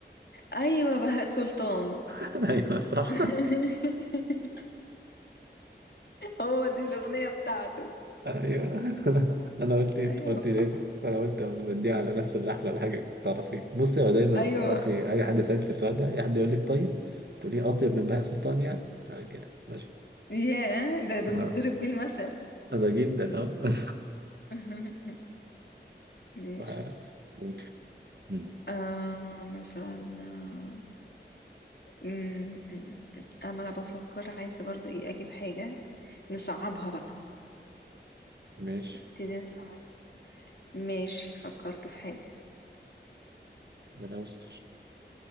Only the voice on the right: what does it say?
<laughs> ايوه صح
ايوه <laughs> انا قلت إيه؟
قلت
ليه فانا قلت بديها على نفس اللحن ولا حاجه تعرفي بصي هو دايما
اعرفي اي حد يسالك في السؤال ده اي حد يقول لك طيب تقولي اطيب من بهاء سلطان يعني كده ماشي
اه
<laughs> ده جدا اه <laughs>
ف- ممكن. مم.
ماشي
ربنا يستر